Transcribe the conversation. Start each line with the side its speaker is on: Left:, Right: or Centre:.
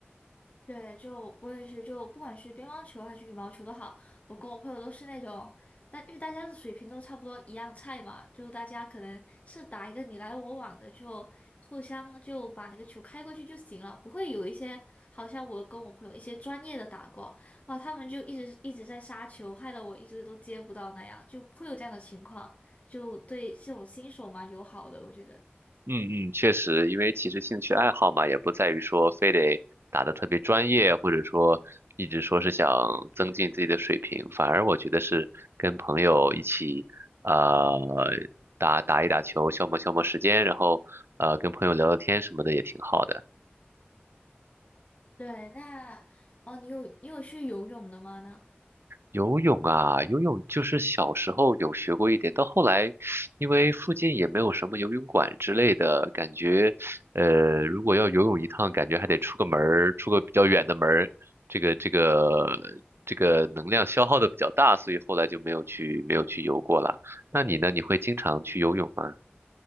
Left: 对，就我也是，就不管是乒乓球还是羽毛球都好，我跟我朋友都是那种，但因为大家的水平都差不多一样菜嘛，就大家可能是打一个你来我往的，就互相就把那个球开过去就行了，不会有一些好像我跟我朋友一些专业的打过，哇，他们就一直一直在杀球，害得我一直都接不到那样，就会有这样的情况，就对这种新手蛮友好的，我觉得。
Right: 嗯嗯，确实，因为其实兴趣爱好嘛，也不在于说非得打得特别专业，或者说一直说是想增进自己的水平，反而我觉得是跟朋友一起，呃，打打一打球，消磨消磨时间，然后呃跟朋友聊聊天什么的也挺好的。
Left: 对，那哦，你有你有去游泳的吗？呢？
Right: 游泳啊，游泳就是小时候有学过一点，到后来，因为附近也没有什么游泳馆之类的，感觉，呃，如果要游泳一趟，感觉还得出个门儿，出个比较远的门儿，这个这个这个能量消耗的比较大，所以后来就没有去没有去游过了。那你呢？你会经常去游泳吗？